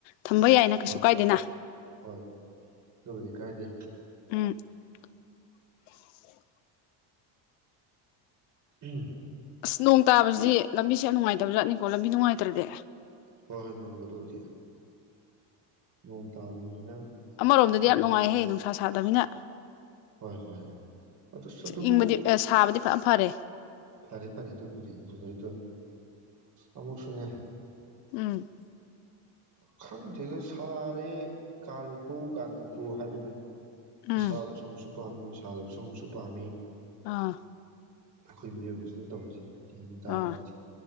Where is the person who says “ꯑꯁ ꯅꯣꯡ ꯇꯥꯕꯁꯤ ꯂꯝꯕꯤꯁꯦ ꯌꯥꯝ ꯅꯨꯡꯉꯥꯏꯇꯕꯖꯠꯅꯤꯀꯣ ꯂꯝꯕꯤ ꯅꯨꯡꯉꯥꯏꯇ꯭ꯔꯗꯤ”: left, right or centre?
Left